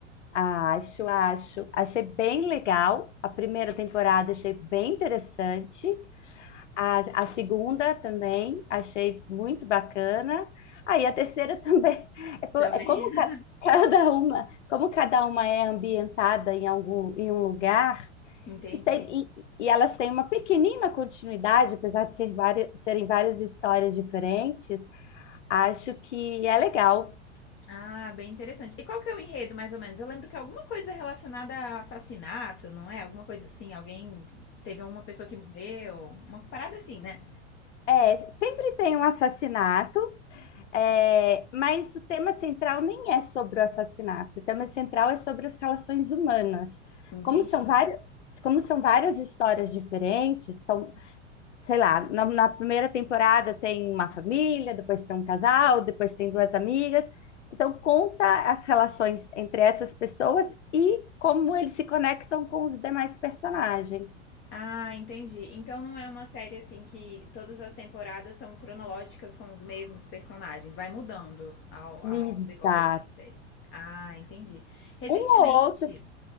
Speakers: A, on the left; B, on the left.
A: acho, acho. Achei bem legal. A primeira temporada achei bem interessante. A, a segunda também achei muito bacana. Aí a terceira <laughs> também. É, po-
B: Também.
A: é como ca- cada uma, como cada uma é ambientada em algum, em um lugar,
B: <laughs> Entendi.
A: e, tem, e, e elas têm uma pequenina continuidade, apesar de ser várias, serem várias histórias diferentes, acho que é legal.
B: Ah, bem interessante. E qual que é o enredo, mais ou menos? Eu lembro que é alguma coisa relacionada a assassinato, não é? Alguma coisa assim, alguém teve uma pessoa que morreu, uma parada assim, né?
A: É, é, sempre tem um assassinato, É, mas o tema central nem é sobre o assassinato, o tema central é sobre as relações humanas.
B: Entendi.
A: Como são várias, como são várias histórias diferentes, são, sei lá, na, na primeira temporada tem uma família, depois tem um casal, depois tem duas amigas. Então, conta as relações entre essas pessoas e como eles se conectam com os demais personagens.
B: Ah, entendi. Então não é uma série assim que todas as temporadas são cronológicas com os mesmos personagens, vai mudando ao,
A: Exato.
B: ao decorrer das séries. Ah, entendi. Recentemente,
A: Um ou outro.